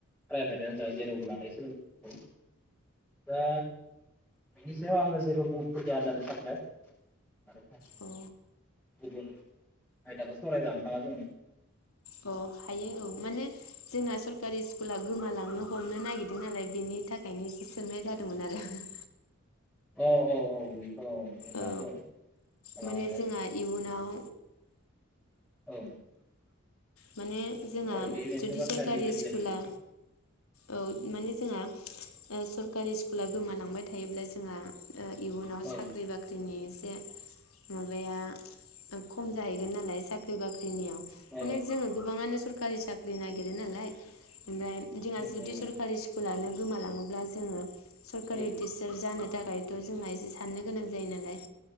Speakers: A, in the centre; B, on the left.
A: प्राइभेटनो जा जेरावबो लानाय सोलोंथायखौ दा बिनि सायाव आङो जेबो बुहुदलिया होननानै सानबाय आरो
B: औ
A: गुबुन आयदाखौ सावरायजागोन नामा जोङो
B: अ हायो औ माने जोंना सब सोरकारि स्कुला गोमालांनो हमनो नागिरदों नालाय बेनि थाखायनो एसे सोंनाय जादोंमोन आरो हो हो
A: औ औ औ बुंनो
B: औ
A: हागौ ओ जोङो
B: माने जोंहा इयुनाव
A: औ
B: माने जोंहा
A: औ बे मोनसे
B: जुदि
A: बाथ्रा
B: सरकारि
A: नैबे जाहैगोन
B: स्कुला औ माने जोंहा सरकारि स्कुला गोमालांबाय थायोब्ला जोंहा ओ इयुनाव साख्रि
A: औ
B: बाख्रिनि ए माबाया खम जाहैगोन नालाय साख्रि बाख्रि
A: औ
B: माने जोङो गोबाङानो सरकारि साख साख्रि नागिरो नालाय ओमफ्राय जोङा
A: औ
B: जुदि सरकारि स्कुलानो गोमालाङोब्ला जोङो सरकारि
A: औ
B: टिचार जानो थाखायथ जोंहा एसे साननो गोनां जायो नालाय